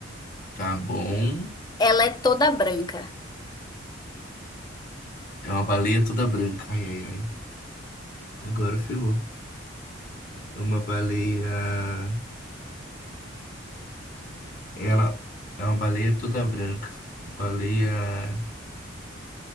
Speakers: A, on the left; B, on the left.
A: Tá bom.
B: Ela é toda branca.
A: É uma baleia toda branca. Ai, ai, ai. Agora ferrou. É uma baleia. Ela é uma baleia toda branca. Baleia.